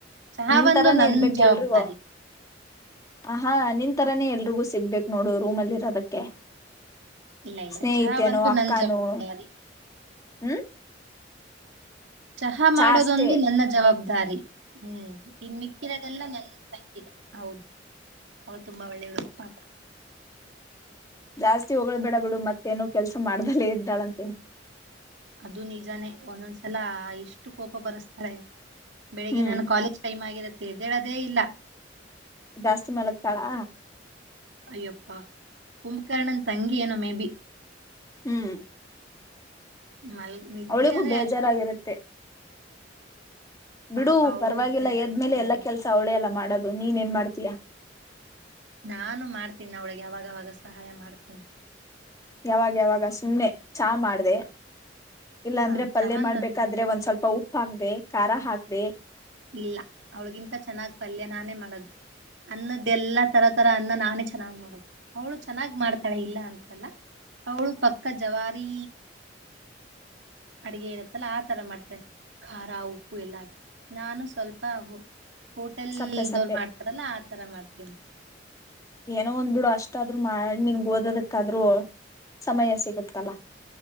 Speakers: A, on the right; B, on the left.
A: ಚಹಾ
B: ನಿನ್
A: ಬಂದು
B: ತರಾನೇ
A: ನನ್
B: ಇರ್ಬೇಕ
A: ಜವಾಬ್ದಾರಿ
B: ಎಲ್ರಿಗೂ ಆಹಾ ನಿನ್ ತರನೆೇ ಎಲ್ರಿಗೂ ಸಿಗ್ಬೇಕಕ್ ನೋಡು ರೂಮಲ್ಲಿ ಇರೋದಕ್ಕೆ
A: ಇಲ್ಲ ಇಲ್ಲ
B: ಸ್ನೇಹಿತೇನೋ
A: ಚಹಾ ಬಂದು
B: ಅಕ್ಕಾನೋ
A: ನನ್ ಜವಾಬ್ದಾರಿ
B: ಹ್ಮ್
A: ಚಹಾ ಮಾಡೋದೊಂದು
B: ಚಾ ಅಷ್ಟೇ
A: ನನ್ನ ಜವಾಬ್ದಾರಿ ದಾರಿ ಹ್ಮ್ ಇನ್ ಮಿಕ್ಕಿರೋದೆಲ್ಲ ನನ್ ತಂಗಿದೆ ಹೌದು ಅವ ತುಂಬಾ ಒಳ್ಳೆಲೂ ಪಾಪ
B: ಜಾಸ್ತಿ ಹೊಳ್ ಬಿಡ ಬಿಡು ಮತ್ತೇನು ಕೆಲ್ಸ ಮಾಡ್ದಲ್ಲ ಇದ್ದಾಳಂತೇನಿ
A: ಅದು ನಿಜಾನೇ ಒಂದೊಂದ್ಸಲ ಇಷ್ಟು ಕೋಪ ಬರಸ್ತಾರೆ ಬೆಳಗ್ಗೆ
B: ಹ್ಮ್
A: ನನ್ನ ಕಾಲೇಜ್ ಟೈಮ ಆಗಿರತ್ತೆ ಎದ್ದೇಳದೆ ಇಲ್ಲ
B: ಜಾಸ್ತಿ ಮಲಗ್ತಾಳಾ
A: ಅಯ್ಯಪ್ಪಾ ಕುಂಭಕರ್ಣನ್ ತಂಗಿ ಏನೋ ಮೇಬಿ
B: ಹ್ಮ್
A: ಮಲ್ ನಿದ್ದೆ
B: ಅವಳಿಗೂ
A: ಅಂದ್ರೆ
B: ಬೇಜಾರಾಗಿರುತ್ತೆ
A: ಅಷ್ಟು
B: ಬಿಡು
A: ಪಾಪ ಅವ್ಳು
B: ಪರವಾಗಿಲ್ಲ
A: ತಿರ್ಗಾಡ್ತಾಳೆ
B: ಎದ್ಮೇಲೆ ಎಲ್ಲ ಕೆಲ್ಸ ಅವಳೆ ಎಲ್ಲಾ ಮಾಡೋದು ನೀನ್ ಏನ್ ಮಾಡ್ತಿ <unintelligible>
A: ನಾನು ಮಾಡ್ತೀನಿ ಅವಳಿಗೆ ಅವಾಗವಾಗ ಸಹಾಯ ಮಾಡ್ತೀನಿ
B: ಯಾವಾಗ ಯಾವಾಗ ಸುಮ್ನೆ ಚಹಾ ಮಾಡ್ದ ಇಲ್ಲಾಂದ್ರೆ
A: ಹಾ
B: ಪಲ್ಯ
A: ಚಹಾ
B: ಮಾಡ್ಬೇಕಾದ್ರೆ
A: ನಾನ್ ಮಾಡ್
B: ಒಂದ್ ಸ್ವಲ್ಪ ಉಪ್ಪು ಹಾಕ್ದೆ ಖಾರ ಹಾಕ್ದೆ
A: ಇಲ್ಲ ಅವಳಿಗಿಂತ ಚೆನ್ನಾಗ್ ಪಲ್ಯ ನಾನೇ ಮಾಡೋದು ಅನ್ನದ್ದಲ್ಲಾ ತರ ತರ ಅನ್ನ ನಾನೇ ಚೆನ್ನಾಗ್ ಮಾಡದು ಅವಳು ಚೆನ್ನಾಗ್ ಮಾಡ್ತಾಳೆ ಇಲ್ಲ ಅಂತೆಲ್ಲ ಅವಳು ಪಕ್ಕ ಜವಾರಿ ಅಡುಗೆ ಇರತ್ತಲ್ಲ ಆತರ ಮಾಡ್ತಾಳೆ ಖಾರ ಉಪ್ಪು ಎಲ್ಲಾಕಿ ನಾನು ಸ್ವಲ್ಪ ಅಹು ಹೋಟೆಲ್
B: ಸಪ್ಪೆ
A: ಇರುದವ್ರ
B: ಸಪ್ಪೆ
A: ಮಾಡ್ತಾರಲ್ಲಾ ಆತರ ಮಾಡ್ತಾರೆ ಹ
B: ಏನೋ ಒಂದ್ಬ ಬಿಡು ಅಷ್ಟಾದ್ರು ಮಾಡ ನಿಂಗಗೆ ಓದೋದಕ್ಕಾದ್ರೂ ಸಮಯ ಸಿಗತ್ತಲ್ಲ